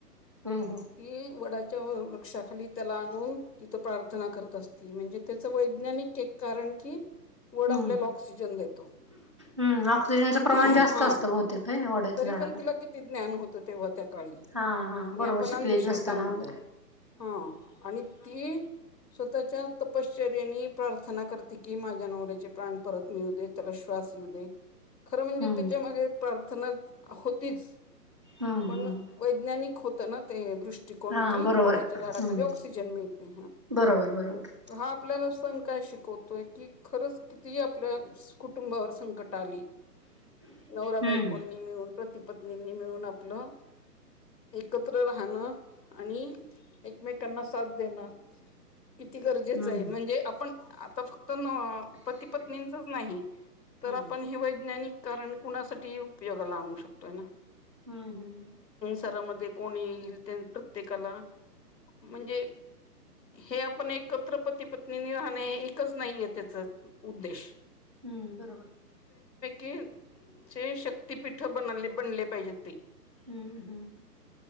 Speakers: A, on the right; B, on the left.
A: हम्म हम्म
B: ती वडाची त्या वृक्षाखाली त्याला आणून तिथ प्रार्थना करत असते म्हणजे त्याच वैज्ञानिक एक कारण की वड
A: हम्म
B: आपल्याला ऑक्सिजन देतो.
A: हम्म ऑक्सिजनचं प्रमाण
B: हा
A: जास्त असतं बहुतेक आहे ना वड्याच्या
B: तरी
A: झाडाला
B: पण तिला किती ज्ञान होतं तेव्हा त्या काळी
A: हा हा
B: आणि
A: बरोबर
B: आपण
A: शिकलेली
B: अंधश्रद्धा
A: नसताना
B: म्हणतो.
A: वगैरे
B: हा आणि ती स्वतःच्या तपशे रयनी प्रार्थना करते की माझ्या नवऱ्याचे प्राण परत मिळू दे त्याला श्वास येऊ दे. खरं म्हणजे
A: हम्म
B: त्याच्या मागे प्रार्थना होतीच
A: हम्म
B: पण
A: हम्म
B: वैज्ञानिक होत ना ते दृष्टि दृष्टिकोण
A: हा
B: की
A: बरोबर
B: वडाच्या
A: आहे
B: झाडाखाली
A: हम्म
B: आपल्याला ऑक्सिजन मिळते.
A: बरोबर बरोबर
B: आपण काय शिकवतोय की खरंच किती आपल्या कुटुंबावर संकट आली. नवराबायकोनी
A: हम्म
B: मिळून पति पत्नींनी मिळून आपल. एकत्र राहणं आणि एकमेकांना साथ देण. किती गरजेचं
A: हम्म
B: आहे म्हणजे आपण आता. तर अ पती पत्नीचच नाही, तर
A: हम्म
B: आपण हे वैज्ञानिक कारण कुणासाठीही उपयोगाला आणू शकतोय ना.
A: हम्म हम्म हम.
B: घरामध्ये कोणी येईल त्याने प्रत्येकाला- म्हणजे हे आपण एकत्र पती पत्नीनी राहणे हे एकच नाहीय त्याचा उद्देश.
A: हम्म बरोबर.
B: की जे शक्तीपीठं बनले बनले पाहिजेत ते.
A: हम्म हम्म